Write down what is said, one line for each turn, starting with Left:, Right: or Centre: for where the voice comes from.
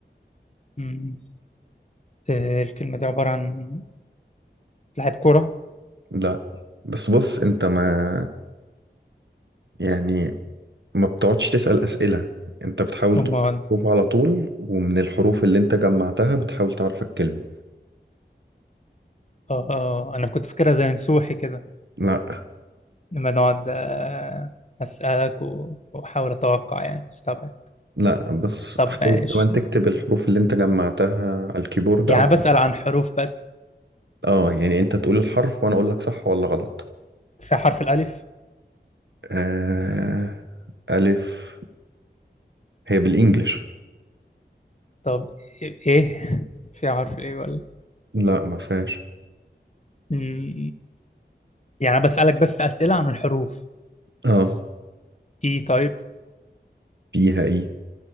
Left: أمم. آه، الكلمة دي عبارة عن لاعب كرة
Right: لا بس بص انت ما يعني ما بتقعدش تسأل أسئلة انت بتحاول
Left: أمال
Right: تقول الحروف على طول ومن الحروف اللي انت جمعتها بتحاول تعرف الكلمة
Left: آه آه آه. أنا كنت فاكرها زي نسوحي كده
Right: لا
Left: لما نقعد آه، أسألك و- وأحاول أتوقع يعني استبعد
Right: لا بس
Left: طب
Right: حاول
Left: ماشي
Right: كمان تكتب الحروف اللي انت جمعتها على الكيبورد
Left: يعني
Right: او
Left: بسأل عن حروف بس
Right: اه يعني انت تقول الحرف وانا اقول لك صح ولا غلط
Left: في حرف الألف
Right: آه ألف هي بالإنجلش
Left: طب إيه في حرف الإيه ولا
Right: لا ما فيهاش
Left: مم، يعني بسألك بس أسئلة عن الحروف
Right: اه
Left: إيه طيب
Right: فيها ايه